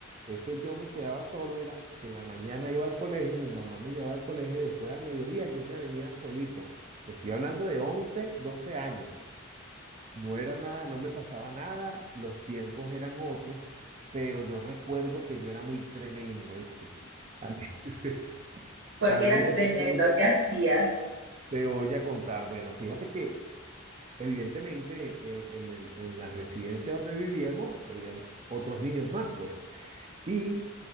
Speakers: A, on the right; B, on the right.
A: ese yo me quedaba solo era que en la mañana iba al colegio, mi mamá me llevaba al colegio y después al mediodía yo me venía solito. Te estoy hablando de 11 12 años. No era nada, no me pasaba nada, los tiempos eran otros, pero yo recuerdo que yo era muy tremendo, ¿viste? A mí, <laughs>
B: Porque
A: a mí
B: eras
A: de
B: tremendo,
A: pequeño
B: ¿qué hacías?
A: te voy a contar. Bueno, fíjate que evidentemente eh, en el- en la residencia donde vivíamos había otros niños más, pues. Y